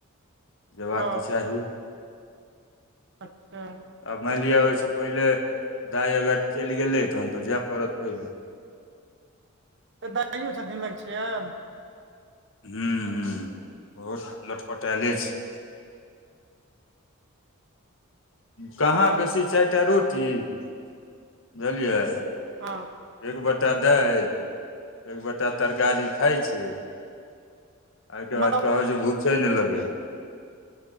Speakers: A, on the left; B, on the right.
A: जेबाक
B: ओ
A: तऽ चाही
B: अच्छा
A: आब मानि लिअ ओहिसँ पहिले दाइ अगर चलि गेलै तहन तऽ जाय पड़त पहिले
B: तऽ दइयो छथि लग छियैन
A: हँ बहुत लटपटायले छै कहाँ
B: ओ
A: बेसी चारिटा रोटी बुझलियै
B: हँ
A: एक बटा दालि एक बटा तरकारी खाइ छै आइके
B: तऽ
A: बाद
B: मतलब
A: कहियै भूख चल, नहि लेब